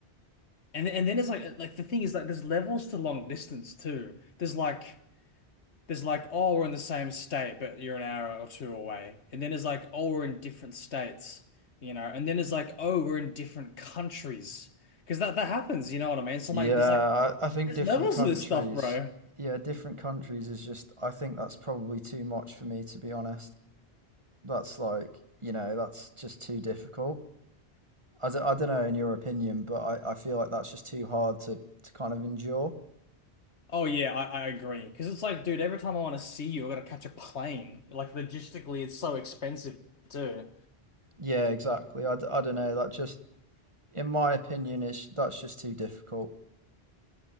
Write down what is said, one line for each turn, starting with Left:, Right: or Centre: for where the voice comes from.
Left: and and then it's like like the thing is like there's levels to long distance too. There's like there's like oh we're in the same state, but you're an hour or two away, and then it's like oh we're in different states, you know, and then it's like oh we're in different countries because that that happens. You know what I mean? So
Right: yeah.
Left: I'm like there's like
Right: I, I think
Left: there's
Right: different
Left: levels
Right: countries.
Left: to this stuff, bro.
Right: Yeah, different countries is just. I think that's probably too much for me to be honest. That's like you know that's just too difficult. I don't, I don't know in your opinion, but I, I feel like that's just too hard to to kind of endure.
Left: Oh yeah, I, I agree. Because it's like, dude, every time I want to see you, I gotta catch a plane. Like logistically, it's so expensive too.
Right: Yeah, exactly. I, d- I don't know. That just in my opinion, it's that's just too difficult.